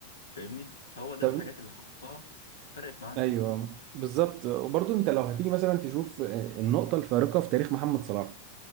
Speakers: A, on the left (about 70°); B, on the right (about 40°).
A: فاهمني فهو ده
B: طب
A: الحاجات اللي حطها فرقت معاه
B: ايوه بالظبط وبرضه انت لو هتيجي مثلا تشوف النقطه الفارقه في تاريخ محمد صلاح